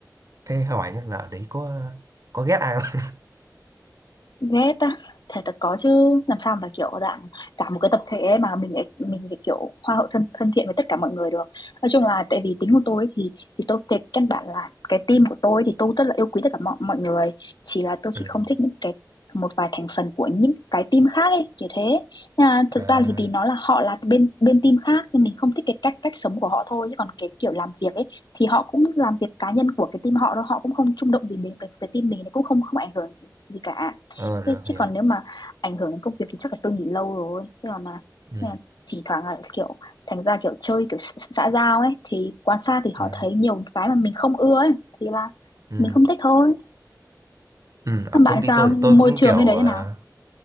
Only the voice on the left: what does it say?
ghét á thể thật là có chứ làm sao mà kiểu dạng cả một cái tập thể ấy mà mình lại- mình lại kiểu hoa hậu thân thân thiện với tất cả mọi người được nói chung là tại vì tính của tôi ấy thì thì tôi cái căn bản là cái team của tôi thì tôi rất là yêu quý tất cả mọi mọi người chỉ là tôi
chỉ không thích những cái một vài thành phần của những cái team khác ấy kiểu thế Nên là thật
ra thì vì nó là họ là bên bên team khác nên mình không thích cái cách cách sống của họ thôi chứ còn cái kiểu làm việc ấy thì họ cũng làm việc cá nhân của cái team họ đâu họ cũng không chung động gì đến cái, cái team mình cũng không không ảnh hưởng gì cả
Thế chứ
còn nếu mà ảnh hưởng đến công việc thì chắc là tôi nghỉ lâu rồi. Thế còn là,
thế là thỉnh thoảng là kiểu thành ra kiểu chơi kiểu xã xã giao ấy thì quan sát thì họ
thấy nhiều cái mà mình không ưa ấy thì là
mình không thích thôi.
Còn
bạn
sao?
Môi
trường
bên đấy
thế nào?